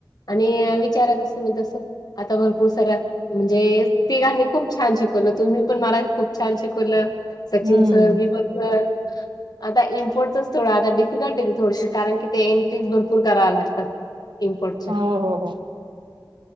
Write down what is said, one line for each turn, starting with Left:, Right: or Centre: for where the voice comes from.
Left: आणि विचारात असते मी तसं आता भरपूर साऱ्या म्हणजे तिघांनी खूप छान शिकवलं तुम्ही पण मला खूप छान शिकवलं. सचिन
Right: हम्म
Left: सर नी पण, तर आता इम्पोर्टच थोडं आता डिफिकल्ट येईल थोडशी कारण की ते एंट्रीज भर पूर करावा लागतात इम्पोर्टच्या
Right: हो हो हो